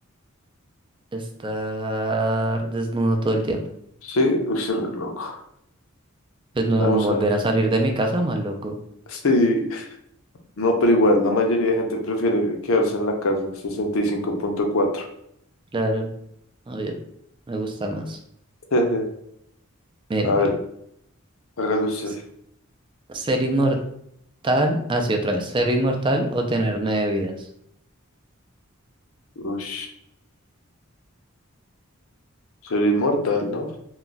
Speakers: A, on the right; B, on the left.
A: Estar desnudo todo el tiempo.
B: Sí, uy, sí, re loco.
A: Pues no,
B: Vamos
A: no volver
B: a ver.
A: a salir de mi casa, más loco.
B: Sí, no, pero igual, la mayoría de gente prefiere quedarse en la casa, 65.4.
A: Claro, obvio, me gusta más.
B: Jeje.
A: Mira,
B: <laughs> A
A: mira.
B: ver, hágalo usted.
A: S- Ser inmortal. Ah, sí, otra vez. Ser inmortal o tener nueve vidas.
B: Uy, sería inmortal, ¿no?